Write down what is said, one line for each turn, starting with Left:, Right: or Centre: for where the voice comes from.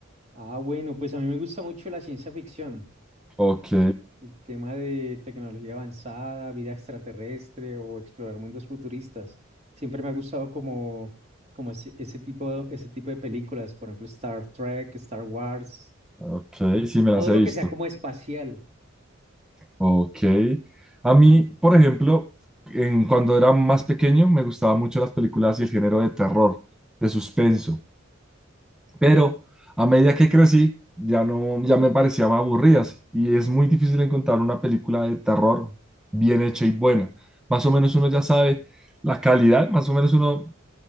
Right: ah, bueno, pues a mí me gusta mucho la ciencia ficción,
Centre: Ok,
Right: el tema de tecnología avanzada, vida extraterrestre o explorar mundos futuristas. Siempre me ha gustado como, como ese, ese tipo, ese tipo de películas, por ejemplo, Star Trek, Star Wars,
Centre: ok, sí me
Right: todo
Centre: las he
Right: lo
Centre: visto.
Right: que sea como espacial.
Centre: Ok. A mí, por ejemplo, en, cuando era más pequeño me gustaban mucho las películas y el género de terror, de suspenso. pero a medida que crecí, ya no, ya me parecían aburridas y es muy difícil encontrar una película de terror bien hecha y buena. Más o menos uno ya sabe la calidad, más o menos uno